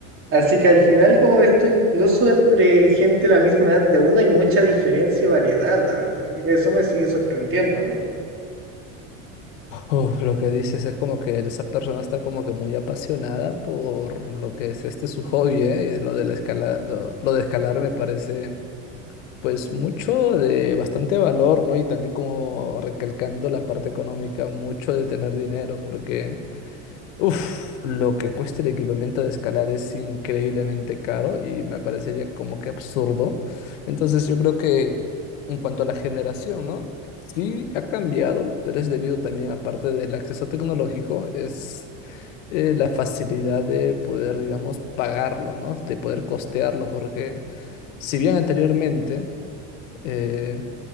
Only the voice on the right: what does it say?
Así que al final, como esto, incluso entre gente de la misma edad de uno, hay mucha diferencia y variedad, la verdad. Y eso me sigue sorprendiendo a mí.